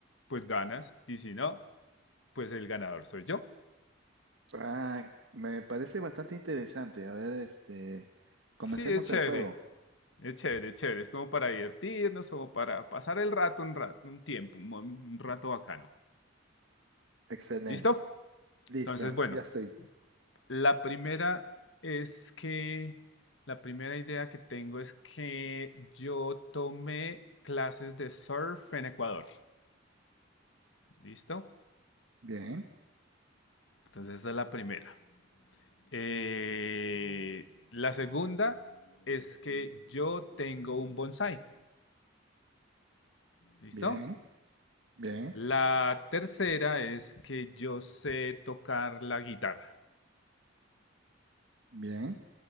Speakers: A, on the left (about 70°); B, on the right (about 70°).
A: pues ganas y si no, pues el ganador soy yo.
B: Ah, me parece bastante interesante. A ver, este, comencemos
A: Sí, es chévere,
B: el juego.
A: es chévere, es chévere, es como para divertirnos, como para pasar el rato un rato, un tiempo, un, un rato bacano.
B: Excelente.
A: ¿Listo?
B: Listo,
A: Entonces, bueno,
B: ya estoy.
A: la primera es que, la primera idea que tengo es que yo tomé clases de surf en Ecuador. ¿Listo?
B: Bien,
A: Entonces, esa es la primera. Eh, la segunda es que yo tengo un bonsai. ¿Listo?
B: bien, bien,
A: La tercera es que yo sé tocar la guitarra.
B: bien,